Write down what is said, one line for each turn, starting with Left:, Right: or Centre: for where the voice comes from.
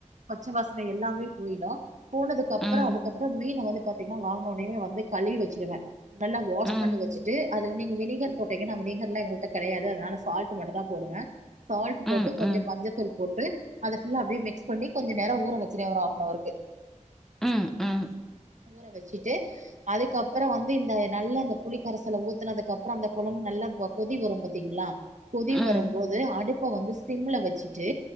Right: பச்ச வாசன எல்லாமே போயிடு போனதுக்கப்றோ
Centre: ம்,
Right: அதுக்கப்றோ மீன வந்து பாத்தீங்னா வாங்னோனேவே வந்து கழிவி வச்சிருவே நல்லா வாஷ்
Centre: ம்,
Right: பண்ணி வச்சிட்டு அதுல நீங்க வினிகர் போட்டீங்க நா வினிகர்லா எங்கள்ட கெடையாது அதுனால சால்டு மட்டுதா போடுவே சால்ட்
Centre: ம்,
Right: போட்டு
Centre: ம்,
Right: கொஞ்ச மஞ்சத்தூள் போட்டு அத ஃபுல்லா அப்டியே மிக்ஸ் பண்ணி கொஞ்ச நேரோ ஊற வச்சிருவே ஒரு ஆஃப்னவர்க்கு
Centre: ம் ம்,
Right: ஊற வச்சிட்டு அதுக்கப்றோ வந்து இந்த நல்லா இந்த புளிக்கரசல ஊத்துனதுக்கப் ப்றோ அந்த கொழம்பு நல்லா வ கொதி வரும் பாத்தீங்ளா கொதிவரும்போது
Centre: ம்,
Right: அடுப்ப வந்துஸ் சிம்ல வச்சிட்டு